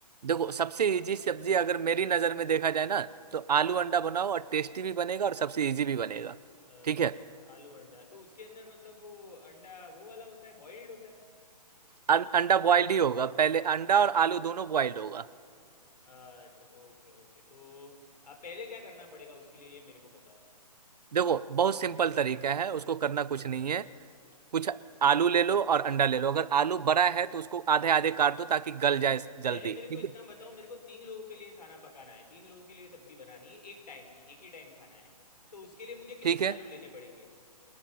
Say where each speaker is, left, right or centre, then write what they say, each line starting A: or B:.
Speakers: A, on the right (about 70°); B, on the left (about 70°).
A: देखो सबसे इजी सब्जी अगर मेरी नजर में देखा जाए ना तो आलू अंडा बनाओ और टेस्टी भी बनेगा और सबसे इजी भी बनेगा
B: अच्छा
A: ठीक है
B: आलू अंडा तो उसके अंदर मतलब वो अंडा वो वाला होता है बॉइल्ड होता है
A: अं- अंडा बॉइल्ड ही होगा पहले अंडा और आलू दोनों बॉइल्ड होगा
B: अच्छा ओके ओके तो आप पहले क्या करना पड़ेगा उसके लिए ये मेरे को बताओ
A: देखो बहुत सिंपल तरीका है उसको करना कुछ नहीं है कुछ आलू ले लो और अंडा ले लो अगर आलू बड़ा है तो उसको आधे आधे काट दो ताकि गल जाए
B: पहले
A: जल्दी
B: मेरे को
A: ठीक
B: इतना
A: है
B: बताओ मेरे को तीन लोगों के लिए खाना पकाना है तीन लोगों के लिए सब्जी बनानी है एक टाइम की एक ही टाइम खाना है तो उसके लिए मुझे
A: ठीक
B: कितने
A: है
B: आलू लेने पड़ेंगे